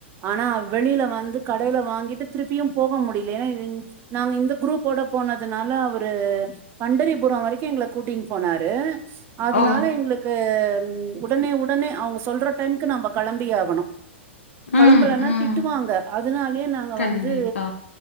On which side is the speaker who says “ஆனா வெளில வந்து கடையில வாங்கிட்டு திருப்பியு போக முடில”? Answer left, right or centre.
Right